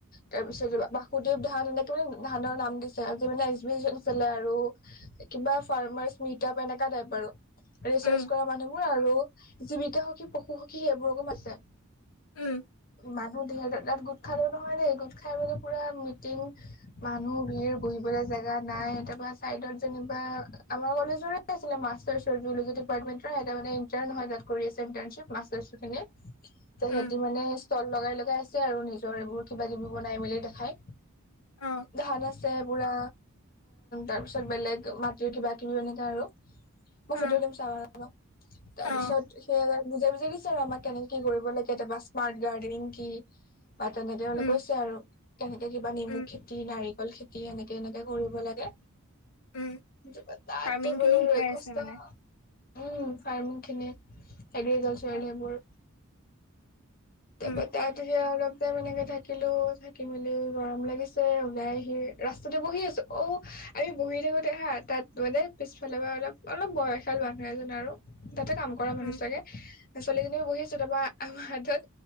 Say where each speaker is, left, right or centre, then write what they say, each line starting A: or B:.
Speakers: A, on the left (about 40°); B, on the left (about 75°).
A: তাৰ পিছত বাসুদেৱ ধান এনেকে মানে ধানৰ নাম দিছে আজি মানে এছ বি আছিলে আৰু কিবা ফাৰ্মাৰ্চ মিটআপ এনেকা টাইপ আৰু। ৰিচাৰ্চ
B: উম
A: কৰা মানুহবোৰ আৰু জীৱিকা সখী পশু সখী সেইবোৰকো মাতিছে
B: উম
A: মানুহ ধেৰ তাত গোট খালেও নহয় দেই গোট খাই মানে পুৰা মিটিং মানুহ ভিৰ বহি থবলে জেগা নাই তা পা চাইডত যেনিবা আমাৰ কলেজৰে আছিলে মাষ্টাৰ চৰ্বি নিগেটিভ পাৰ্ট উইনতাৰ এতিয়া মানে ইন্টাৰ নহয় তাত কৰি আছে ইন্টাৰ্ণশ্বিপ মাষ্টাৰশ্বিপ হয়নে ত সিহঁতি
B: উম
A: মানে ষ্টল লগাই লগাই আছে আৰু নিজৰ এইবোৰ কিবা কিবি বনাই মেলি দেখাই।
B: অ
A: ধান আছে, পুৰা তাৰপিছত বেলেগ মাটিৰ কিবা কিবি এনেকে আৰু। মই
B: অ
A: ফটো দিম চাবা ৰবা তাৰ
B: অ
A: পিছত সেয়া বুজাই বুজাই দিছে আৰু আমাক কেনেকে কৰিব লাগ কেতিয়াবা স্মাৰ্ট গাৰ্ডেন কি বা তেনেকে মানে
B: উম
A: কৈছ কেনেকে কিবা নেমু
B: উম
A: খেতি নাৰিকল খেতি এনেকে এনেকে কৰিব লাগে
B: উম
A: ততো
B: ফাৰ্মিং
A: ৰয়
B: খিনি শিকাই
A: ৰ কষ্ট
B: আছে মানে
A: উম ফাৰ্মিং খিনি। এগ্ৰিকালচাৰেল
B: অ
A: এইবোৰ তাৰপা
B: উম
A: তাত সেয়া অলপ। এনেকে থাকিলো থাকি মেলি গৰম লাগিছে ওলাই আহি ৰাস্তাতে বহি আছো, অ'। আমি বহি থাকোতে হা তাত মানে পিছফালৰ পৰা অলপ অলপ বয়সিয়াল মানুহ এজন আৰু। তাতে কাম কৰা মানুহ
B: উম
A: চাগে ছোৱালীজনীও বহিছো তাৰপৰা আমাৰ হাতত